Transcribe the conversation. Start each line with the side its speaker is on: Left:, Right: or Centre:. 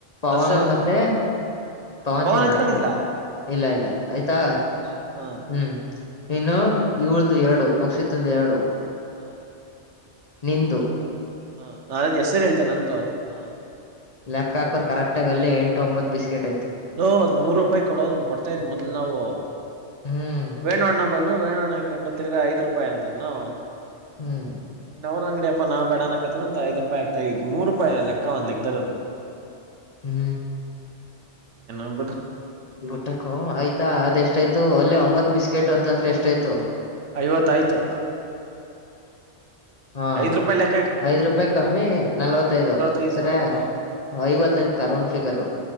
Left: ಪವಾನ
Right: ದರ್ಶನ್ ಅಂದು
Left: ಮತ್ತೆ ಪವಾನ್
Right: ಪವನ್
Left: ಚನ್ನ
Right: ಎತ್ಕೊಂಡಿದ್ಲ
Left: ಇಲ್ಲ ಇಲ್ಲ ಆಯ್ತಾ.
Right: ಹಾ
Left: ಹ್ಮ್ ಇನ್ನು ಇವ್ಳದು ಎರಡು ಮುಕ್ಷಿತಂದು ಎರಡು.
Right: ಹ
Left: ನಿಂದು
Right: ಹ್ಮ ನ ಹೆಸರ ಹೇಳ್ತೇನೆ ನಂದು ಹ
Left: ಚಕ್ಕಾಕರ್ ಕರೆಕ್ಟಾಗಿ ಅಲ್ಲೆ ಎಂಟ ಒಂಬತ್ತು ಬಿಸ್ಕೆಟ್ ಐತಿ.
Right: ಲೋ ಅದ್ ಮೂರ ರೂಪಾಯಿ ಕೊಡೋದು ಕೊಡ್ತಾ ಇದ್ ಮೊದ್ಲು ನಾವು
Left: ಹ್ಮ್
Right: ವೇನಣ್ಣ ಬಂದು ವೇಣಣ್ಣ ಇಕೊಂಡು ತಿರ್ಗ ಐದ ರೂಪಾಯಿ ಅಂತನ್ನು
Left: ಹ್ಮ್
Right: ನೀನ ಅವರ ಅಂಗಡಿ ನಾ ಬೇಡಣಕತದ ಅಂತ ಐದ ರೂಪಾಯಿ ಆಗ್ತಾ ಇದು ಮೂರ ರೂಪಾಯಿ ಲೆಕ್ಕ ಒಂದ ಲೆಕ್ಕದಲ್ಲಿ ಅದು
Left: ಹ್ಮ
Right: ಏನ ಬಿಡು
Left: ಬುಟಕ ಆಯತಾ ಅದೆಷ್ ಎಷ್ಟ ಆಯ್ತು ಅಲ್ಲೇ ಒಂಬತ್ ಬಿಸ್ಕೆಟ್ ಅಂತಂದ್ರೆ ಎಷ್ಟಾಯ್ತು.
Right: ಐವತ್ತಾಯ್ತು.
Left: ಹಾ
Right: ಐದ ರೂಪಾಯಿ ಲೆಕ್
Left: ಐದ್ ರೂಪಾಯಿ ಕಮ್ಮಿ ನಲ್ವತ್ತೈದು
Right: ನಲ್ವತ್ತೈದು
Left: ಸರಿ.
Right: ಹ
Left: ಐವತ್ತಂದ ಕರೋನ್ ಪಿಗರ್